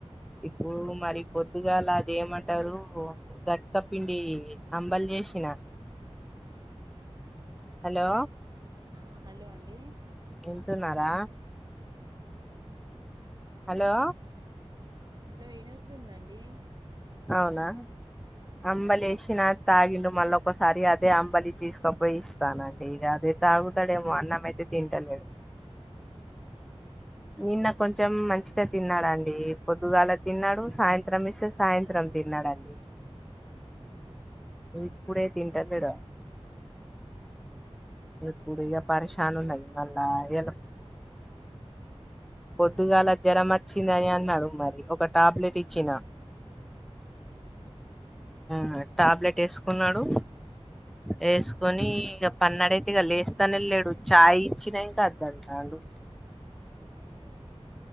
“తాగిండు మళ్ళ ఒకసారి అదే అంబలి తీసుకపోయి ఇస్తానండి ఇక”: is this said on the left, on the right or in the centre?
Centre